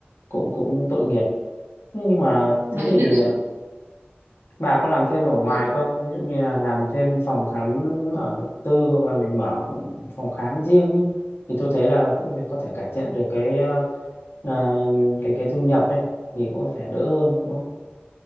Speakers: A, on the left (about 70°); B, on the right (about 75°).
A: cũng cũng tội nghiệp nhưng mà
B: Đấy,
A: thế thì
B: nên là,
A: ờ, bà có làm thêm ở ngoài
B: tôi
A: không ví dụ như là làm thêm phòng khám ở tư hoặc là mình mở phòng khám riêng ấy. thì tôi thấy là cũng có thể cải thiện được cái ờ, ờ, cái cái thu nhập ấy thì cũng phải đỡ hơn đúng không